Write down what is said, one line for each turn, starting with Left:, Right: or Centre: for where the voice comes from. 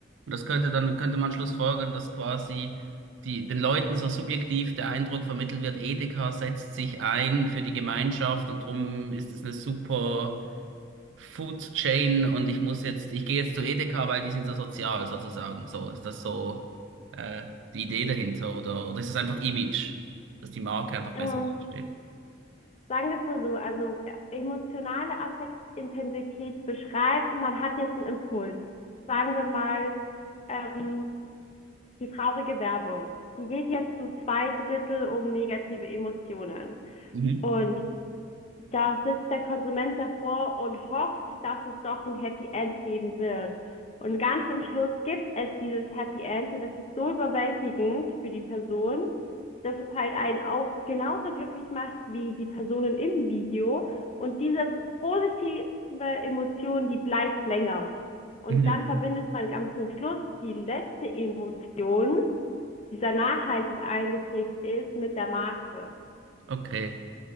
Right: und das könnte dann könnte man schlussfolgern, dass quasi die, den Leuten so subjektiv der Eindruck vermittelt wird, Edeka setzt sich ein für die Gemeinschaft und drum ist es eine super Food Chain und ich muss jetzt, ich gehe jetzt zu Edeka, weil die sind so sozial sozusagen. So, ist das so äh, die Idee dahinter oder, oder ist das einfach Image, dass die Marke einfach
Left: Ähm,
Right: besser steht?
Left: Sagen wir es mal so, also äh, emotionale Affektintensität beschreibt, man hat jetzt einen Impuls. Sagen wir mal, ähm, die traurige Werbung. Die geht jetzt zu zwei Drittel um negative Emotionen.
Right: Mhm.
Left: Und da sitzt der Konsument davor und hofft, dass es doch ein Happy End geben wird. Und ganz am Schluss gibt es dieses Happy End und das ist so überwältigend für die Person, dass es halt einen auch genauso glücklich macht wie die Personen im Video. Und diese positive Emotion, die bleibt länger. Und
Right: Mhm.
Left: dann verbindet man ganz am Schluss die letzte Emotion, die sehr nachhaltig eingeprägt ist, mit der Marke.
Right: Okay.